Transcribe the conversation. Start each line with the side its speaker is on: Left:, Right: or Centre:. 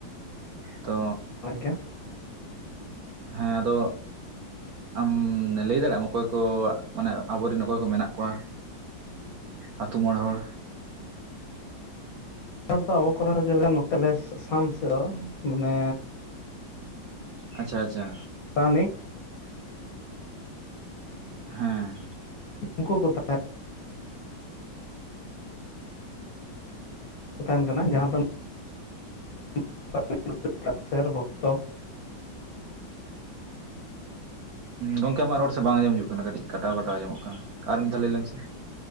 Right: ᱛᱚ
Left: ᱜᱮᱭᱟ
Right: ᱦᱮᱸ ᱟᱫᱚ ᱟᱢ ᱞᱟᱹᱭ ᱫᱟᱲᱮᱭᱟᱜ ᱟᱢ ᱚᱠᱚᱭ ᱠᱚ ᱢᱟᱱᱮ ᱟᱵᱚᱨᱮᱱ ᱚᱠᱚᱭ ᱠᱚ ᱢᱮᱱᱟᱜ ᱠᱚᱣᱟ ᱟᱹᱛᱩ ᱢᱚᱬᱮ ᱦᱚᱲ
Left: ᱦᱚᱲ ᱫᱚ ᱟᱵᱚ ᱠᱚᱨᱮ ᱡᱮᱞᱮᱠᱟ ᱱᱚᱛᱮ ᱟᱥᱟᱢ ᱥᱮᱫ ᱫᱚ ᱢᱟᱱᱮ
Right: ᱟᱪᱪᱷᱟ ᱟᱪᱪᱷᱟ
Left: ᱯᱟᱨᱟᱱᱤᱠ <unintelligible>
Right: ᱦᱮᱸ
Left: ᱩᱱᱠᱩ ᱠᱚ ᱛᱟᱦᱮ <unintelligible> ᱛᱟᱦᱮᱱ ᱠᱟᱱᱟ ᱡᱟᱦᱟᱸ ᱫᱚ <unintelligible> ᱥᱨ ᱵᱷᱚᱠᱛᱚ
Right: ᱜᱚᱢᱠᱮ ᱟᱢᱟᱜ ᱨᱚᱲ ᱥᱮ ᱵᱟᱝ ᱟᱸᱡᱚᱢ ᱦᱤᱡᱩᱜ ᱠᱟᱱᱟ ᱠᱟᱹᱴᱤᱡ ᱠᱟᱴᱟᱣ ᱠᱟᱴᱟᱣ ᱟᱸᱡᱚᱢᱚᱜ ᱠᱟᱱᱟ ᱟᱨ ᱢᱤᱫ ᱫᱷᱟᱣ ᱞᱟᱹᱭ ᱞᱮᱢ ᱥᱮ